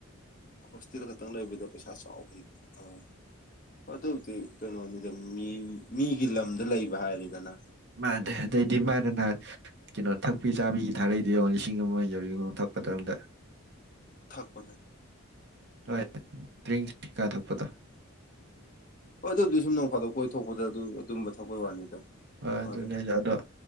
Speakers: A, on the left (about 35°); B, on the right (about 50°).
A: ꯍꯣꯁꯇꯤꯜ ꯈꯛꯇꯪ ꯂꯩꯕꯗ ꯄꯩꯁꯥ ꯆꯥꯎꯒ ꯑ ꯑꯗꯨ ꯀꯩꯅꯣꯅꯤꯗ ꯃꯤ ꯃꯤꯒꯤ ꯂꯝꯗ ꯂꯩꯕ ꯍꯥꯏꯔꯦꯗꯅ
B: ꯃꯥꯅꯦꯦ ꯑꯗꯩꯗꯤ ꯃꯥꯅ ꯅꯍꯥꯟ ꯀꯩꯅꯣ ꯊꯛꯄꯤ ꯆꯥꯕꯤꯒꯤ ꯊꯥꯔꯩꯗꯤ ꯌꯦꯡꯉ ꯂꯤꯁꯤꯡ ꯑꯃ ꯌꯎꯔꯤꯒ ꯂꯥꯛꯄꯗꯪꯗ
A: ꯊꯛꯄꯗ
B: ꯍꯣꯏꯔꯤ ꯀꯥꯊꯣꯛꯄꯊ
A: ꯍꯣꯏ ꯑꯗꯨꯕꯨꯗꯤ ꯁꯨꯝ ꯅꯣꯡ ꯐꯥꯗꯣꯛ ꯀꯣꯏ ꯊꯣꯛꯣꯛꯄꯗ ꯑꯗꯨ ꯑꯗꯨꯝꯕ ꯊꯛꯄꯩ ꯋꯥꯅꯤꯗ
B: ꯍꯣꯏ ꯑꯗꯨꯅꯦꯖ
A: ꯑꯗ
B: ꯑꯗꯣ